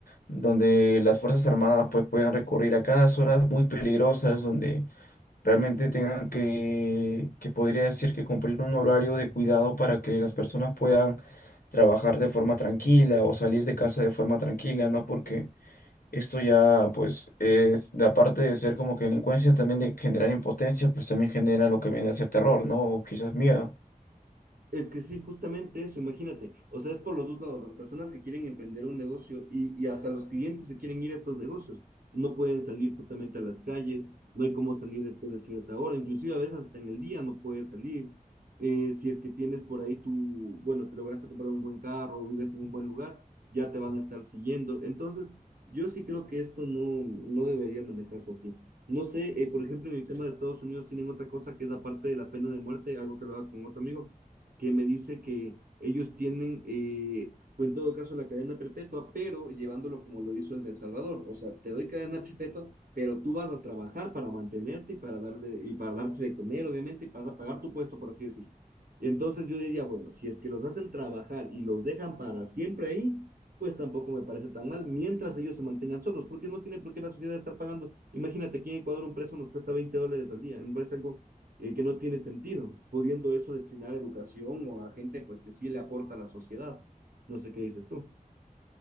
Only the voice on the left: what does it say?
donde las Fuerzas Armadas pues puedan recurrir a cada zonas muy peligrosas, donde realmente tengan que, que podría decir que cumplir un horario de cuidado para que las personas puedan trabajar de forma tranquila o salir de casa de forma tranquila, ¿no? Porque esto ya, pues, es, de aparte de ser como que delincuencia, también de generar impotencia, pues también genera lo que viene a ser terror, ¿no? O quizás miedo.